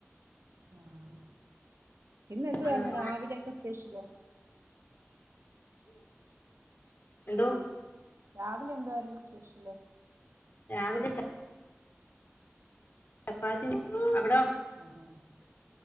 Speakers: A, on the right; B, on the left.
A: ആഹ് ഇന്നെന്തുവായിരുന്നു
B: ഉള്ളൂ
A: രാവിലെക്കെ സ്പെഷ്യല്
B: എന്തോ
A: രാവിലെ എന്തായിരുന്നു സ്പെഷ്യല്
B: രാവിലെ ച ചപ്പാത്തി അവിടോ
A: അഹ്